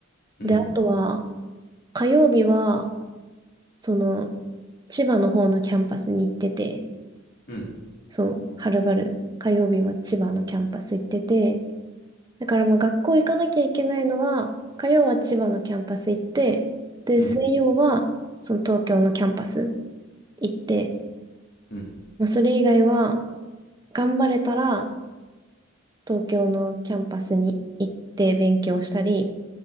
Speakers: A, on the left (about 50°); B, on the right (about 20°).
A: うん、
B: で、あとは、火曜日は、その、千葉の方のキャンパスに行ってて、
A: うん、
B: そう、はるばる、火曜日は千葉のキャンパス行ってて、だからまあ学校行かなきゃいけないのは、火曜は千葉のキャンパス行って、で、
A: うん、
B: 水曜はその東京のキャンパス行って、
A: うん。
B: まあ、それ以外は頑張れたら東京のキャンパスに行って勉強したり、